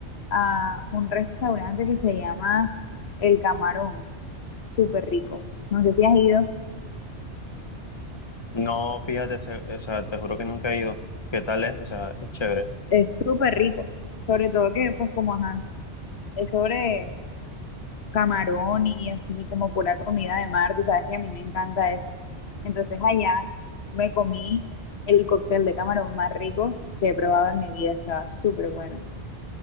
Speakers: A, on the left; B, on the left.
A: a un restaurante que se llama El Camarón. Súper rico. No sé si has ido.
B: No, fíjate, se- o sea, te juro que nunca he ido. ¿Qué tal es? O sea, es chévere.
A: Es súper rico. Sobre todo que, pues, como, ajá, es sobre camarón y así como pura comida de mar. Tú sabes que a mí me encanta eso. Entonces allá me comí el cóctel de camarón más rico que he probado en mi vida. Estaba súper bueno.